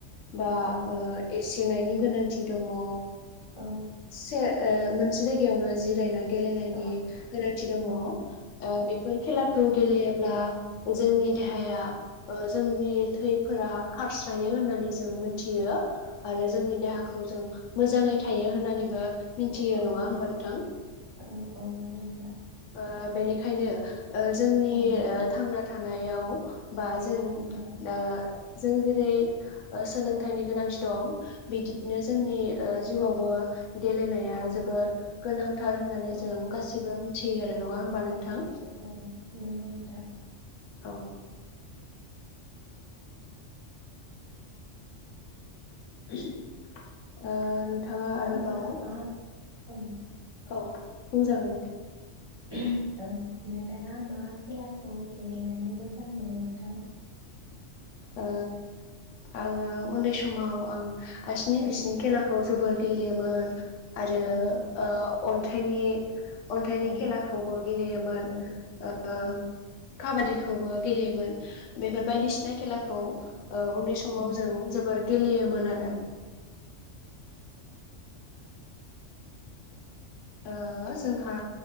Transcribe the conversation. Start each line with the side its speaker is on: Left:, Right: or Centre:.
Left: बा
Right: औ
Left: ओ एस गिनायनि गोनांथि दङ। ओ
Right: औ
Left: से मोनसे जायगायावनो जिरायना गेलेनायनि
Right: औ
Left: गोनांथि दङ
Right: औ
Left: ओ बेफोर खेलाखौ ए अब्ला जोंनि देहाया ओ जोंनि थैफोरा खारस्रायो होननानै जों मोनथियो आरो जोंनि देहाखौ जों मोजाङै थायो होननानै ओ मिनथियो
Right: औ
Left: नङा होमबा नोंथां?
Right: नंगौ नोंथां
Left: ओ बेनिखायनो ओ जोंनि
Right: औ
Left: ओ थांना थानायाव बा जों
Right: औ
Left: ओ जों जेरै ओ सोलोंथाइनि गोनांथि दं। बिदिनो जोंनि ओ जिउआवबो गेलेनाया
Right: औ
Left: जोबोर गोनांथार होननानै
Right: औ
Left: जों गासिबो मिथ सो आरो नङा होनबा नों थां।
Right: औ नंगौ नोंथां।
Left: औ। <unintelligible> ओ नोंथाङा आरोबाव
Right: मा मा औ।
Left: औ बुं जागोन नोंथां।
Right: <unintelligible> औ नोंथाङा मा खेलाखौ गेलेनानै मोजां मोनो नोंथां?
Left: ओ आङो उन्दै समाव आं आसिनि
Right: औ
Left: बिसिनि खेलाखौ जोबोर गेलेयोमोन। आरो
Right: औ
Left: ओ अन्थाइनि अन्थाइनि
Right: औ
Left: खेलाखौबो गेलेयोमोन
Right: औ
Left: ओ
Right: औ
Left: खाबादि। खौबो गेलेयोमोन।
Right: औ
Left: बेफोर बायदिसिना खेला खौ। औ उन्दै समाव
Right: औ
Left: जों जोबोर गेलेयोमोन आरो।
Right: औ
Left: ओ जोंहा